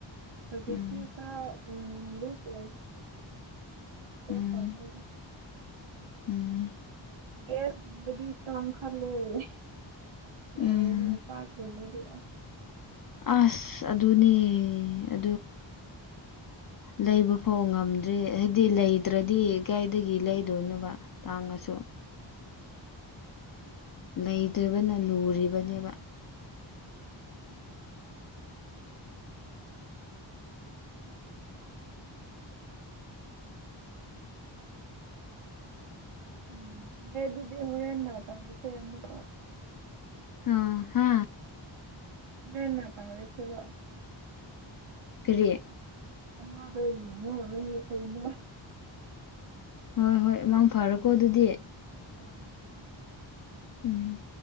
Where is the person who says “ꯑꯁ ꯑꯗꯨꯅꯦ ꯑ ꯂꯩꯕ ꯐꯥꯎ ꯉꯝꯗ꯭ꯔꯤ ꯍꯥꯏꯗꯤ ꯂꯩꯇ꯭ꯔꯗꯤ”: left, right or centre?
Left